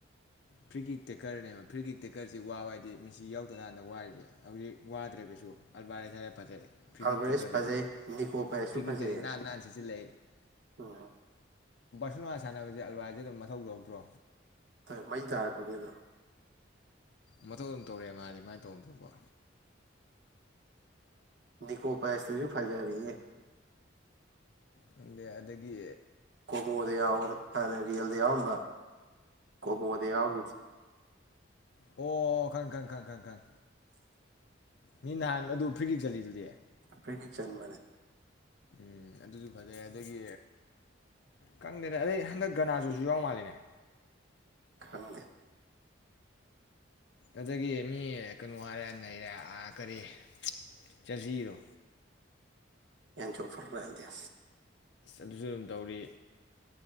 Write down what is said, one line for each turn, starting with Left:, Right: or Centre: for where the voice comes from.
Left: ꯐ꯭ꯔꯤꯒꯤ ꯇꯦꯛꯀꯔꯅꯦꯕ ꯐ꯭ꯔꯤꯖꯤꯛ ꯇꯦꯛꯀꯔꯁꯤ ꯋꯥꯕ ꯍꯥꯏꯗꯤ ꯃꯤꯁꯤ ꯌꯥꯎꯗ꯭ꯔ ꯀꯀꯥꯟꯗ ꯋꯥꯔꯤꯁꯦ ꯍꯧꯖꯤꯛ ꯋꯥꯗ꯭ꯔꯒꯁꯨ ꯑꯜꯕꯥꯔꯁꯥꯗ ꯐꯖꯩ ꯐ꯭ꯔꯤꯀꯤꯛꯇꯤ
Right: ꯑꯜꯚꯔꯦꯁ
Left: ꯈꯔꯗꯗꯤ
Right: ꯐꯖꯩ ꯅꯤꯀꯣ ꯄꯥꯏꯁꯁꯨ
Left: ꯐꯤꯔꯤꯀꯤꯛꯇꯗꯤ
Right: ꯐꯖꯩꯌꯦ
Left: ꯅꯥꯟ ꯅꯥꯟ ꯁꯤꯠ ꯁꯤꯂ
Right: ꯎꯝ
Left: ꯁꯟꯅꯨꯡ ꯁꯥꯟꯅꯕꯁꯦ ꯑꯜꯋꯥꯏꯖꯦ ꯑꯗꯨꯝ ꯃꯊꯧ ꯇꯧꯔꯛꯇ꯭ꯔꯣ
Right: ꯃꯩ ꯇꯥꯔꯛꯄꯅꯦ ꯑꯗꯨꯝ
Left: ꯃꯇꯧ ꯑꯗꯨꯝ ꯇꯧꯔꯛꯑꯦ ꯃꯥꯗꯤ ꯃꯥꯏ ꯇꯧꯐꯝ ꯊꯣꯛꯄ
Right: ꯅꯤꯀꯣ ꯄꯁ ꯇꯣꯁꯨ ꯐꯖꯥꯔꯦꯍꯦ
Left: ꯈꯪꯗꯦ ꯑꯗꯒꯤ
Right: ꯀꯣꯃꯣꯗ ꯌꯥꯎꯕꯗꯣ ꯍꯥꯟꯅ ꯔꯤꯌꯦꯜꯗ ꯌꯥꯎꯔꯝꯕ ꯀꯣꯃꯣꯗ ꯌꯥꯎꯈꯤꯕꯗꯨ
Left: ꯑꯣ ꯈꯪ ꯈꯪ ꯈꯪ ꯈꯪ ꯈꯪ ꯃꯤ ꯅꯍꯥꯟ ꯑꯗꯨ ꯐ꯭ꯔꯤꯒꯤ ꯆꯠꯂꯤꯗꯨꯗꯤ
Right: ꯐꯒꯤ ꯆꯟ ꯃꯅꯦ
Left: ꯎꯝ ꯑꯗꯨꯁꯨ ꯐꯖꯩ ꯑꯗꯒꯤ ꯀꯪꯗꯦꯅ ꯑꯗꯩ ꯍꯟꯗꯛ ꯒꯅꯥꯖꯁꯨ ꯌꯥꯎ ꯃꯥꯜꯂꯤꯅꯦ
Right: ꯈꯪꯗꯦ
Left: ꯑꯗꯒꯤ ꯃꯤ ꯀꯩꯅꯣ ꯍꯥꯏꯔꯦ ꯅꯩꯔꯦ ꯀꯔꯤ ꯆꯠꯁꯤꯔꯣ
Right: ꯌꯥꯝ ꯆꯣꯡꯄꯔ꯭ꯔꯗ
Left: ꯑꯗꯨꯁꯨ ꯑꯗꯨꯝ ꯇꯧꯔꯤ